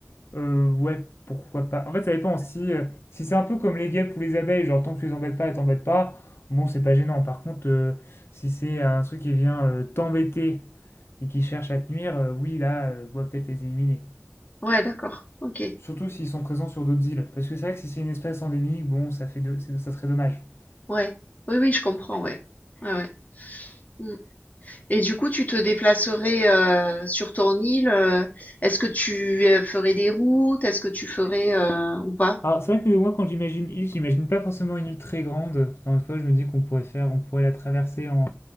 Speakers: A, on the left (about 85°); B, on the left (about 40°).
A: Euh, ouais, pourquoi pas. En fait, ça dépend. Si, euh, si c'est un peu comme les guêpes ou les abeilles, genre tant que tu les embêtes pas, elles t'embêtent pas, bon, c'est pas gênant. Par contre, euh, si c'est un truc qui vient euh, t'embêter et qui cherche à te nuire, euh, oui, là, euh, on doit peut-être les éliminer.
B: Ouais, d'accord. OK.
A: Surtout s'ils sont présents sur d'autres îles. Parce que c'est vrai que si c'est une espèce endémique, bon, ça fait de- c'est- ça serait dommage.
B: Ouais. Oui, oui, je comprends, ouais. Ouais, ouais. Mm. Et du coup, tu te déplacerais euh, sur ton île. euh, est-ce que tu euh, ferais des routes? Est-ce que tu ferais euh, ou pas?
A: Alors, c'est vrai que moi, quand j'imagine île, j'imagine pas forcément une île très grande. Encore une fois, je me dis qu'on pourrait faire, on pourrait la traverser en,